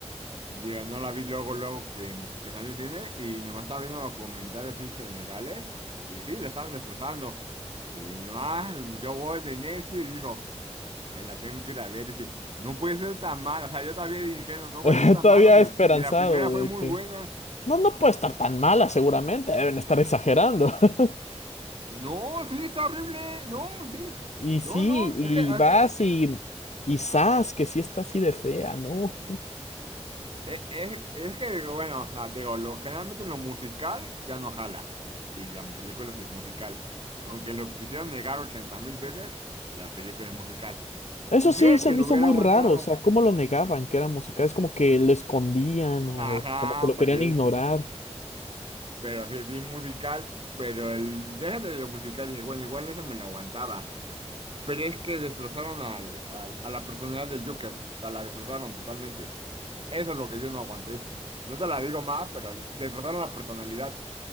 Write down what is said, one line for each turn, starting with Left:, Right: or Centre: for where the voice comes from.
Right: Digo, no la vi luego, luego que, que salió en cine y nomás estaba viendo los comentarios así generales y sí, la estaban destrozando. Y nomás yo voy de necio y digo, "Ay, la tengo que ir a ver. Dije, no puede ser tan mala, o sea, yo también de ingenuo, no puede
Left: <laughs>
Right: ser tan
Left: Todavía
Right: mala si,
Left: esperanzado
Right: si la primera fue
Left: de
Right: muy
Left: que
Right: buena.
Left: no, no
Right: Y,
Left: puede estar tan mala, seguramente. Deben estar exagerando. <laughs>
Right: no, sí, está horrible, no, sí,
Left: Y
Right: no,
Left: sí,
Right: no,
Left: y
Right: es que, es
Left: vas
Right: que
Left: y, y zas, que sí está así de fea, ¿no?
Right: Es, es- es que, digo, bueno, o sea, te digo, lo, generalmente lo musical ya no jala. Y la película sí es musical. Aunque lo quisieran negar 80 mil veces, la película es musical.
Left: Eso
Right: Y fíjate
Left: sí se
Right: que
Left: me
Right: lo
Left: hizo
Right: hubiera
Left: muy
Right: aguantado.
Left: raro, o sea, cómo lo negaban que era musical, es como que lo escondían o
Right: Ajá,
Left: como que lo
Right: pues
Left: querían
Right: sí.
Left: ignorar.
Right: Pero sí, sí es musical. Pero el, déjate de lo musical y dice, bueno, igual eso me lo aguantaba. Pero es que destrozaron al, al- a la personalidad del Joker. O sea, la destrozaron totalmente. Eso es lo que yo no aguanté. No te la digo más, pero destrozaron la personalidad.